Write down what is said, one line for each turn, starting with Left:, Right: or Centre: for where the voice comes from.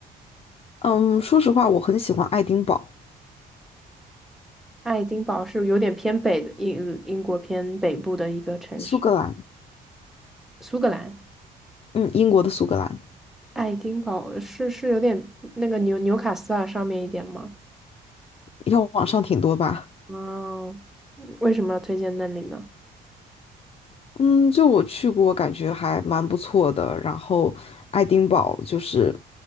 Left: 嗯，说实话，我很喜欢爱丁堡，
Centre: 爱丁堡是有点偏北的英英国偏北部的一个城市，
Left: 苏格兰，
Centre: 苏格兰。
Left: 嗯，英国的苏格兰，
Centre: 爱丁堡是是有点那个纽纽卡斯尔上面一点吗？
Left: 要往上挺多吧。
Centre: 嗯，嗯为什么要推荐那里呢？
Left: 嗯，就我去过，感觉还蛮不错的。然后爱丁堡就是，